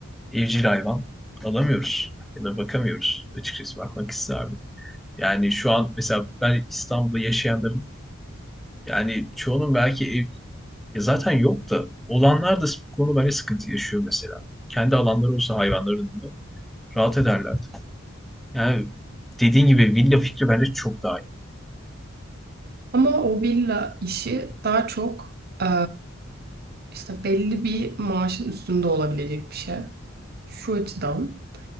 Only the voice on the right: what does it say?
Ama o villa işi daha çok e, işte belli bir maaşın üstünde olabilecek bir şey. Şu açıdan.